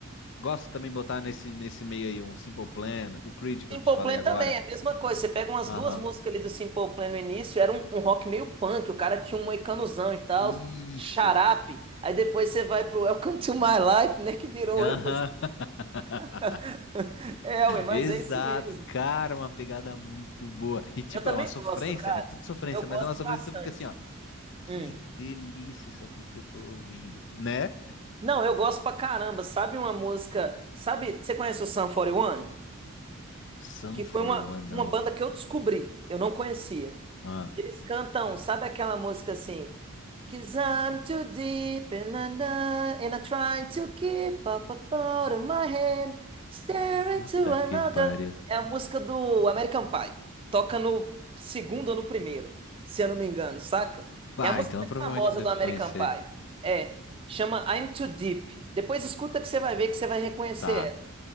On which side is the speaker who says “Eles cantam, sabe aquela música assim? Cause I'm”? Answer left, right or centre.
Right